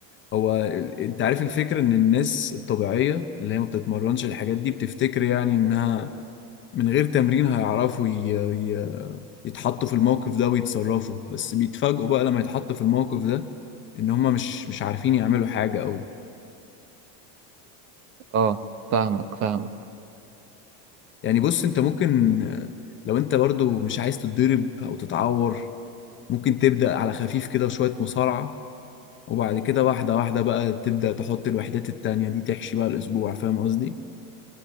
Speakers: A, on the left; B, on the right.
A: هو ال- انت عارف الفكرة ان الناس الطبيعية اللي هي ما بتتمرنش الحاجات دي بتفتكر يعني انها من غير تمرين هيعرفوا ي... ي... يتحطوا في الموقف ده ويتصرفوا بس بيتفاجئوا بقى لما يتحطوا في الموقف ده ان هم مش مش عارفين يعملوا حاجة او
B: اه فاهمك فاهمك
A: يعني بص انت ممكن آه، لو انت برضو مش عايز تتضرب او تتعور ممكن تبدأ على خفيف كده شوية مصارعة وبعد كده واحدة واحدة بقى تبدأ تحط الوحدات التانية دي تحشي بقى الأسبوع فاهم قصدي؟